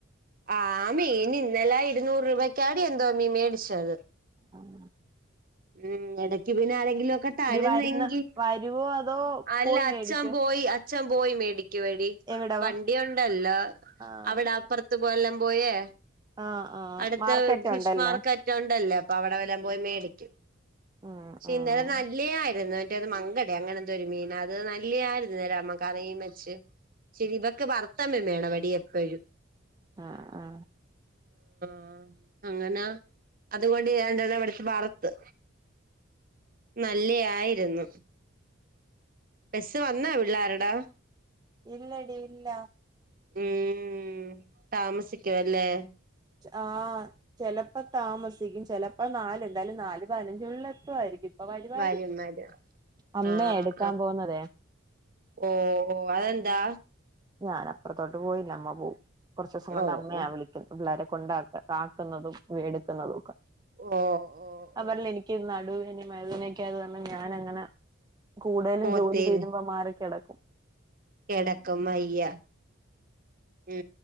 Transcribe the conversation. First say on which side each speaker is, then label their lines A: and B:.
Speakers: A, on the right; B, on the right.
A: ആ മീൻ ഇന്നലെ ഇരുന്നൂറ് രൂപയ്ക്കാടി എന്തോ മീൻ മേടിച്ചത്
B: ഉം
A: ഉം. ഇടക്ക് പിന്നാരെങ്കിലൊക്കെ തരുന്നെങ്കി
B: വരുന്ന വരുവോ അതോ
A: അല്ല
B: പോയി
A: അച്ചപോയി
B: മേടിക്കോ
A: അച്ഛ പോ പോയിമേടിക്കുവടി
B: എവിടവാ
A: വണ്ടിയുണ്ടല്ലോ
B: ആഹ്
A: അവിടെ അപ്പർത്ത് പോ എല്ലാം പോയേ.
B: ആഹ് ആഹ്
A: അടുത്ത
B: മാർക്കറ്റ്
A: ഫിഷ്
B: ഉണ്ടല്ലേ
A: മാർക്കറ്റുണ്ടല്ലേ അപ്പൊ അവിടെ വല്ലൻ പോയി മേടിക്ക്.
B: ഉം
A: ക്ഷേ
B: ഉം
A: ഇന്നലെ നല്ലായി മറ്റേ അത് മങ്കട അങ്ങനെ എന്തോ ഒരു മീൻ അത് നല്ലായിരുന്നുരാമ്മ കറിയും മെച്ച് ശരി ഇവൊക്കെ വർത്തമം മേണപടി എപ്പോഴും
B: ആ ആ
A: ആ അങ്ങനാ, അതുകൊണ്ട് <unintelligible> ബറത്ത്. നല്ലയായിരുന്നു. ബസ്സ് വന്നാ പിള്ളേരുടെ?
B: ഇല്ലടി ഇല്ല.
A: ഉം താമസിക്കുവല്ലേ?
B: ച ആഹ ചെലപ്പത്താമസിക്കും ചെലപ്പോ നാല എന്താലും നാല് പതിനഞ്ചുള്ളിൽ എത്തുവായിരിക്കും. പ്പവരുവാര്
A: ഭാര്യന്മാര്
B: അമ്മയ
A: ആഹ്
B: എടുക്കാൻ
A: ആഹ്
B: പോന്നതേ.
A: ഓ അതെന്താ?
B: ഞാനപ്പറത്തോട്ട് പോയില്ല അമ്മ പോവും. കുറച്ചോസം കൊണ്ട്
A: ഓ
B: അമ്മയാ
A: ഓ
B: വിളിക്കുന്നു പിള്ളേരെ കൊണ്ടാക്ക കാക്കുന്നതും വേടുക്കുന്നതും ഒക്ക.
A: ഓ ഓ
B: അതല്ല
A: ഓ
B: എനിക്ക് നടുവിെ മയ്തിനനൊക്കെഅയത് കാര്ണം ഞാനങ്ങന കൂടലും
A: പോത്തേര്
B: ജോലി തീരുമ്പോ മാറി കെടക്ക
A: കെടക്കമ്മയ്യ ഉ